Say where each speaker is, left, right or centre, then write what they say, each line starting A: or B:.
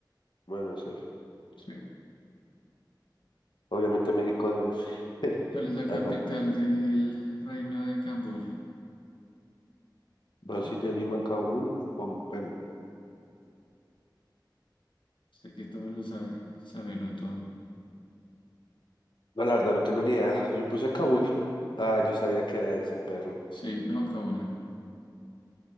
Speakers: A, on the left (about 70°); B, on the left (about 85°).
A: Bueno, sí,
B: Sí.
A: obviamente México DF. <laughs>
B: ¿Cuál es la capital
A: Hágale.
B: del Reino de Camboya?
A: Brasilia,
B: A.
A: Lima, Kabul. Pom- Bueno,
B: Sé que todo lo sabe, sabelo todo.
A: no, la verdad no tengo ni idea. Yo puse Kabul. Ah, yo sabía que era ese perro.
B: Sí, no, Kaula.